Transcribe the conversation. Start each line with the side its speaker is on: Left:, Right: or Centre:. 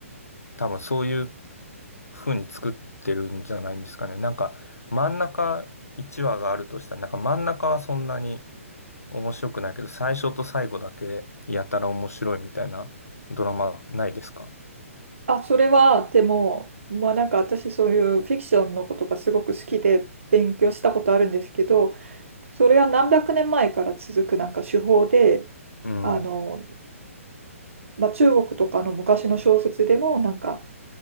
Left: 多分そういう風に作ってるんじゃないんですかね。なんか真ん中1話があるとしたら、なんか真ん中はそんなに面白くないけど、最初と最後だけやたら面白いみたいなドラマないですか
Right: あ、それは、でも、まあなんか私そういうフィクションのことがすごく好きで勉強したことあるんですけど、それは何百年前から続くなんか手法で、
Left: うん。
Right: あの、まあ中国とかの昔の小説でもなんか